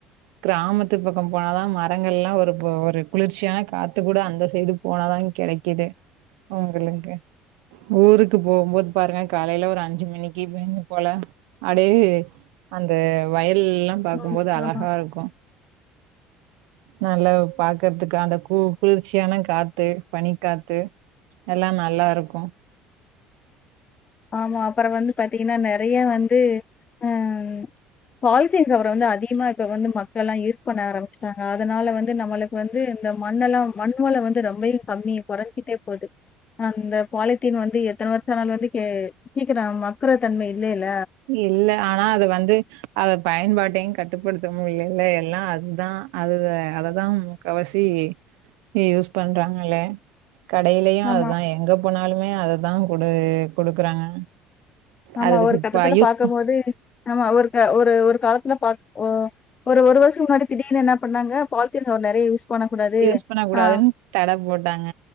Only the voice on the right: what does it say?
க்ராமத்து பக்கோ போனா தா மரங்கல்லா ஒரு போ ஒரு குளிர்ச் ச்சியா காத்து கூட அந்த சைடு போனாதா கெடைக்குது அவ்ங்களுன்ங்கு ஊருக்கு போம்போத் பாருங்க காலைல ஒரு அஞ்சு மணிக்கி வேன்னு போல அடே அந்த வயல்ல்லா பாக்கும்போது
அழஹா
இருக்கு நல்லாவ் பாக்கற்த்துக்கு அந்த கூ குளிர்ச்சியான காத்து பனி காத் த்து எல்லா நல்லாருக்கு
இல்ல ஆனா அது வந்து அத பயன்பாட்டையு கட்டுப்படுத்த முடியிலல எல்லா அதுதா அது அததா முக்காவாசி யூஸ் பண்றாங்கள கடையிலயும்
அதுதான் எங்க போனாலுமே அததான் குடு குடுக்குறாங்க
அதுக்கு
இப்ப
யூஸ்
யூஸ் பண்ண கூடாதுன்
தட போட்டாங்க